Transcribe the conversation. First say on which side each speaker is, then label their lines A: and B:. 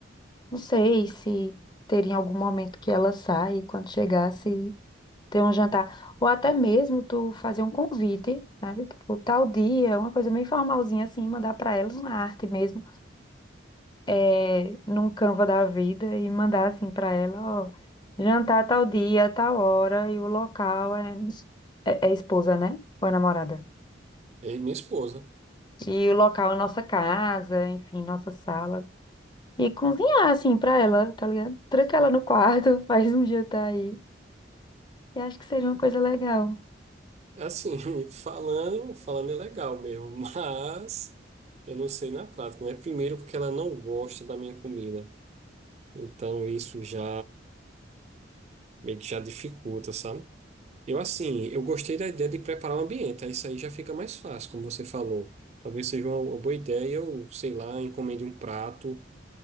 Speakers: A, on the left (about 25°); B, on the right (about 35°).
A: Não sei se teria algum momento que ela sai, e quando chegasse, ter um jantar. Ou até mesmo tu fazer um convite, sabe? Tipo, tal dia, uma coisa meio formalzinha assim, mandar pra ela uma arte mesmo, é, num Canva da vida e mandar assim pra ela, ó, jantar tal dia, tal hora e o local é, é, é esposa, né? Ou é namorada?
B: É minha esposa.
A: E o local é nossa casa, enfim, nossa sala. E cozinhar assim pra ela, tá ligado? Tranca ela no quarto, <laughs> faz um jantar aí. Eu acho que seria uma coisa legal.
B: Assim, <laughs> falando, falando é legal mesmo, <laughs> mas eu não sei na prática, né? Primeiro porque ela não gosta da minha comida. Então isso já meio que já dificulta, sabe? Eu assim, eu gostei da ideia de preparar o ambiente, aí isso aí já fica mais fácil, como você falou. Talvez seja uma, uma boa ideia, eu, sei lá, encomende um prato. O